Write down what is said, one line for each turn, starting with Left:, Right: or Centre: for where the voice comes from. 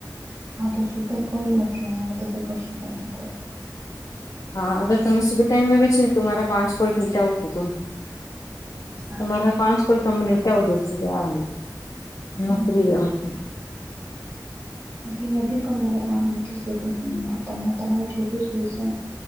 Right: <unintelligible> કોઈ નથી બધી કરશું તમને કોલ.
Left: હા અગર તમે શુભ ટાઈમ વેવે છે તો મારા પાંચ કોલ <unintelligible>
Right: સાચું
Left: તમારા પાંચ કોલ ત મિનિટ આવ દો સુધી આરામ એમાં
Right: હમ
Left: ફ્રીવ. <unintelligible>
Right: પણ મારે કામ નથી છે તો હું ત તમારી છોકરી સુઈ છે.